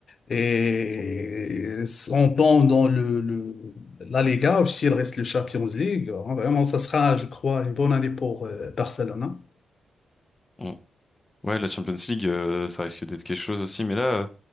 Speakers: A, on the left (about 55°); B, on the left (about 25°).
A: et sont dans le, le, la Liga, aussi il reste le Champions League. hein. Vraiment, ça sera, je crois, une bonne année pour euh, Barcelone. hein.
B: on- Ouais, la Champions League, euh, ça risque d'être quelque chose aussi, mais là, euh,